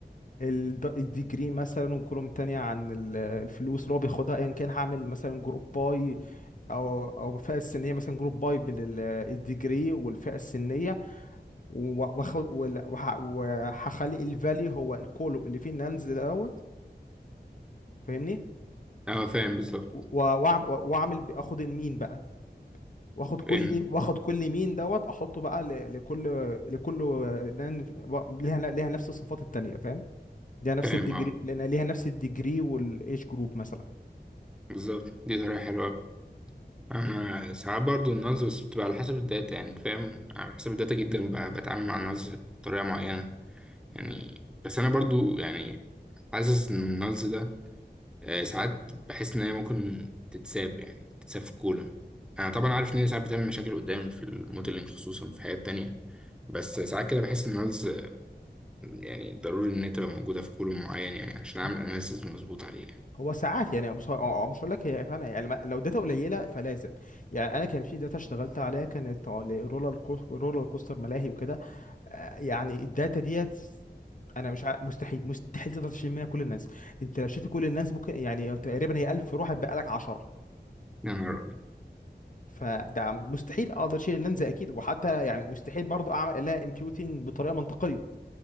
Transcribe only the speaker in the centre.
اه فاهم بالظبط
فاهم
فاهم
اه
بالظبط دي طريقة حلوة أوي. انا ساعات برضو النلز بس بتبقى على حسب الداتا يعني فاهم على حسب الداتا جدا ب- بتعامل مع النلز بطريقة معينة يعني بس انا برضو يعني حاسس ان النلز ده آه، ساعات بحس ان هي ممكن تتساب يعني تتساب في كولا انا طبعا عارف ان هي ساعات بتعمل مشاكل قدام في الموديلنج خصوصا في حاجات تانية بس ساعات كده بحس ان الناس يعني ضروري ان هي تبقى موجوده في كولوم معين يعني عشان
اعمل اناليسيز مظبوط عليه يعني
يا نهار ابيض